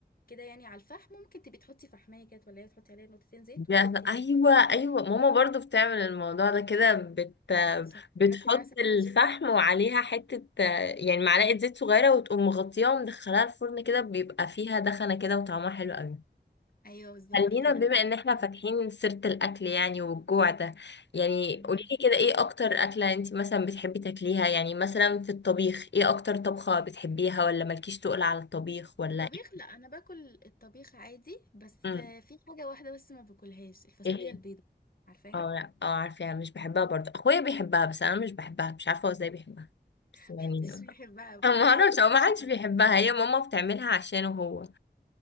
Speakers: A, on the left (about 55°); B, on the left (about 75°).
A: كده يعني على الفحم ممكن تبقي تحطي فحمية كده ولا تحطي عليها نقطتين زيت
B: ده
A: وتغطيها
B: ايوه ايوه ماما برضو بتعمل الموضوع ده كده بت
A: عشان
B: بتحط
A: تعرفي انها سندوتش
B: الفحم وعليها حته آه، يعني معلقه زيت صغيره وتقوم مغطياها ومدخلاها الفرن كده بيبقى فيها دخنه كده وطعمها حلو قوي
A: ايوه بالظبط
B: خلينا
A: كده
B: بما
A: بتبقى
B: ان احنا
A: حلوة
B: فاتحين
A: أوي.
B: سيرة الاكل يعني والجوع ده يعني
A: مم.
B: قوليلي كده ايه اكتر اكلة انت مثلا بتحبي تاكليها يعني مثلا في الطبيخ ايه اكتر طبخة بتحبيها ولا مالكيش تقول على الطبيخ ولا
A: الطبيخ
B: ايه
A: لا انا باكل الطبيخ عادي بس
B: امم
A: في حاجة واحدة بس ما باكلهاش الفاصوليا
B: ايه هي؟
A: البيضاء عارفاها
B: اه لا اه عارفاها مش بحبها برضه اخويا بيحبها بس انا مش بحبها مش عارفة هو ازاي بيحبها
A: <laughs>
B: بس يعني
A: محدش بيحبها
B: أنا
A: ناس
B: ما اعرفش
A: قليلة
B: او ما حدش
A: أوي.
B: بيحبها هي ماما بتعملها عشانه هو